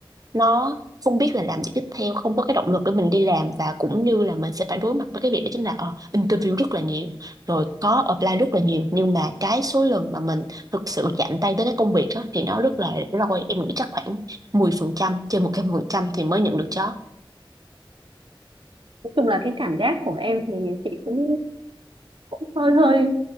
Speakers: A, on the right; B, on the right.
A: nó không biết là làm gì tiếp theo không có cái động lực để mình đi làm và cũng như là mình sẽ phải đối mặt với cái việc đó chính là ờ, interview rất là nhiều rồi có apply rất là nhiều nhưng mà cái số lần mà mình thực sự mà chạm tay tới cái công việc á thì nó rất là rủi ro em nghĩ chắc khoảng 10% trên 100% thì mới nhận được job
B: Nói chung là cái cảm giác của em thì chị cũng cũng hơi hơi